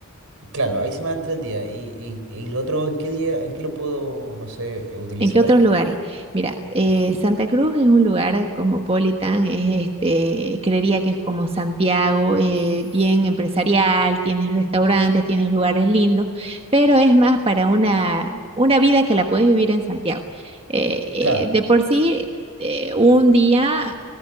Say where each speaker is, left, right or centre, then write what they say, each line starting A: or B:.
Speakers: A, on the right (about 70°); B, on the right (about 25°).
A: Claro, ahí se me dan 3 días. Y, y, y lo otro, ¿en qué día, en qué lo puedo, no sé, utilizar?
B: ¿En qué otros lugares? Mira, eh,
A: Sí,
B: Santa Cruz es un lugar cosmopolitan, es este, creería que es como Santiago, eh, bien empresarial, tienes restaurantes, tienes lugares lindos, pero es más para una, una vida que la puedes vivir en Santiago. Eh, eh,
A: claro.
B: de por sí, eh, un día